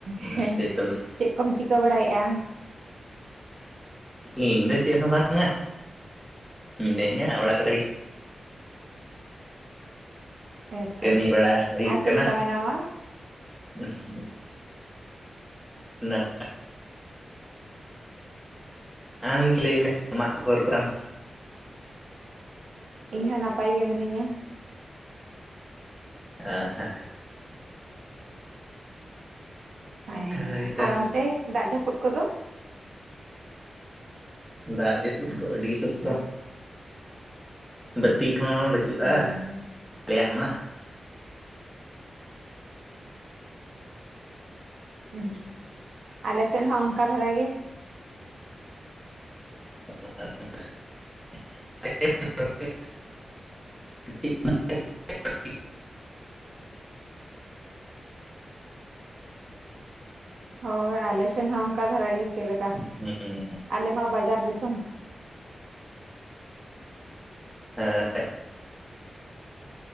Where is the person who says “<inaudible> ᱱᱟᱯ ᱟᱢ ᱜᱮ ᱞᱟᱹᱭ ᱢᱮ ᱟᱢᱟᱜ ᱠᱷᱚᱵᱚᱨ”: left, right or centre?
Centre